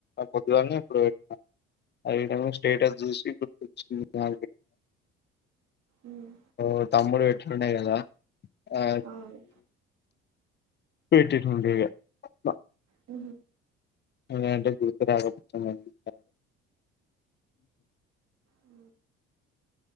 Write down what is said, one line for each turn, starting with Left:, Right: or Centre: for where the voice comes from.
Left: పొద్దుగాన్ననే ఇప్పుడు పెట్టినా అ స్టేటస్ చూసి గుర్తొచ్చ నా
Right: మ్మ్
Left: ఓ తామ్ముడు పెట్టీ ఉండే కదా ఆ
Right: అవును
Left: పెటిట్ండగా బ
Right: అ
Left: అంట గురుతురాకపోతుంది
Right: హ